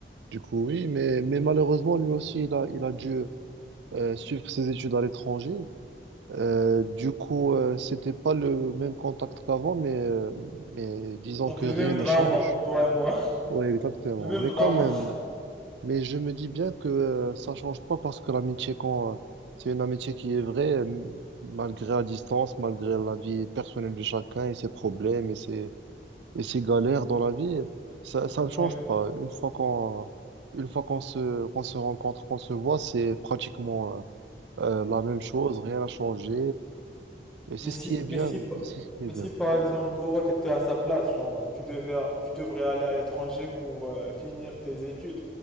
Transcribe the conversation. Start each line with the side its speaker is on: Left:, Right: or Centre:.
Right: du coup, oui, mais, mais malheureusement, lui aussi, il a, il a dû euh, suivre ses études à l'étranger. Euh, du coup, euh, c'était pas le même contact qu'avant, mais, euh, mais disons
Centre: Donc
Right: que
Centre: le
Right: rien
Centre: même
Right: ne
Centre: drama,
Right: change.
Centre: toi et moi,
Right: Oui, exactement.
Centre: <laughs> le même
Right: Mais
Centre: drama.
Right: quand même, mais je me dis bien que euh, ça change pas parce que l'amitié, quand euh, c'est une amitié qui est vraie, euh, malgré la distance, malgré la vie personnelle de chacun et ses problèmes et ses, et ces galères dans la vie, ça, ça ne change
Centre: Oui.
Right: pas. Une fois qu'on, une fois qu'on se, qu'on se rencontre, qu'on se voit, c'est pratiquement euh, euh, la même chose, rien n'a changé. Et, et c'est
Centre: Mais
Right: ce
Centre: si,
Right: qui est bien,
Centre: mais si, pa-
Right: c'est ce qui est
Centre: mais
Right: bien.
Centre: si par exemple toi tu étais à sa place, genre euh, tu devais, tu devrais aller à l'étranger pour euh, finir tes études,